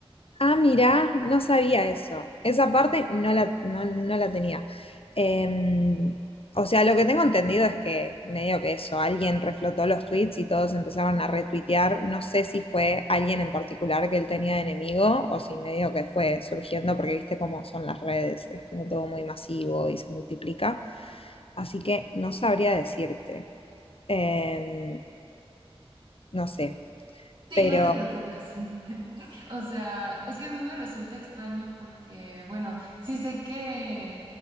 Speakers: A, on the left; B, on the right.
A: Ah, mirá, no sabía eso. Esa parte no la, no, no la tenía. Em, o sea, lo que tengo entendido es que medio que eso, alguien reflotó los tweets y todos empezaron a retuitear. No sé si fue alguien en particular que él tenía de enemigo o si medio que fue surgiendo porque viste cómo son las redes, es como todo muy masivo y se multiplica. Así que no sabría decirte. Em, no sé,
B: Sí,
A: pero...
B: no te preocupes. <laughs> O sea, es que a mí me resulta extraño porque, bueno, sí sé que,